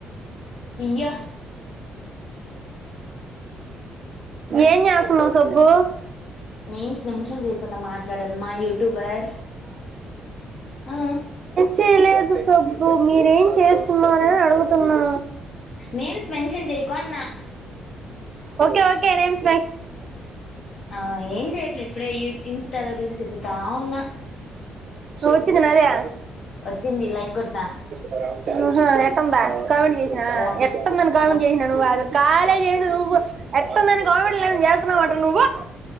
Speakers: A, on the left (about 65°); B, on the right (about 50°).
A: ఇయ్యా
B: ఏం చేస్తన్నావ్ సబ్బు
A: నేమ్స్ మెన్షన్ చేయకుండా మాట్లాడను మా యూట్యూబర్ ఆ
B: ఏ చేయలేదు సబ్బు మీరేం చేస్ మరి అడుగుతున్నా
A: నేమ్స్ మెన్షన్ చేయకు అన్నా
B: ఓకే ఓకే నేమ్స్
A: ఆ ఏం చేయట్లే ఇప్పుడే యూ ఇన్స్టాలో రీల్స్ ఎత్తుతా ఉన్నా
B: వచ్చిదిన్నారయ
A: వచ్చింది లైక్ కొట్టినా
B: హ్మ్ హ ఎటుంది కామెంట్ చేసినా
A: బాగుంది
B: ఎటుంది అని కామెంట్
A: బో
B: చేసినా నువ్వు <unintelligible> కాలేజ్ చేసింది నువ్వు ఎటుంది అని కామెంట్ చేస్తున్నావ్ అంట నువ్వు